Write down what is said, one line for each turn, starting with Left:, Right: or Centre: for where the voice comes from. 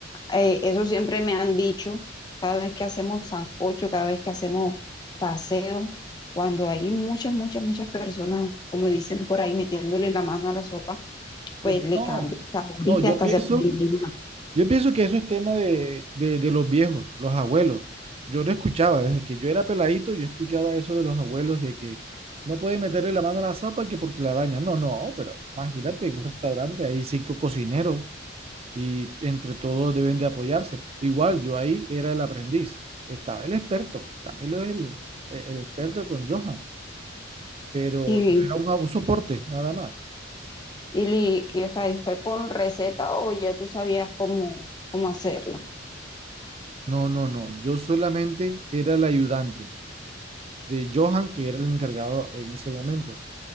Left: eh, eso siempre me han dicho, cada vez que hacemos sancocho, cada vez que hacemos paseo, cuando hay muchas, muchas, muchas personas, como dicen por ahí, metiéndole la mano a la sopa, pues
Right: Pero
Left: le
Right: no,
Left: cambia el sabor
Right: no,
Left: y
Right: yo
Left: hasta
Right: pienso,
Left: se puede brindar.
Right: Yo pienso que eso es tema de, de, de los viejos, los abuelos. Yo lo escuchaba desde que yo era peladito, yo escuchaba eso de los abuelos de que no pueden meterle la mano a la sopa, que porque la dañan. No, no, pero imagínate en un restaurante hay cinco cocineros y entre todos deben de apoyarse. Igual yo ahí era el aprendiz, estaba el experto, Camilo es el, e-, el experto con Johan, pero
Left: Y,
Right: yo era un, un soporte nada más.
Left: y, li- y, o sea, y fue con receta o ya tú sabías cómo, cómo hacerla.
Right: No, no, no, yo solamente era el ayudante. de Johan, que era el encargado en ese momento.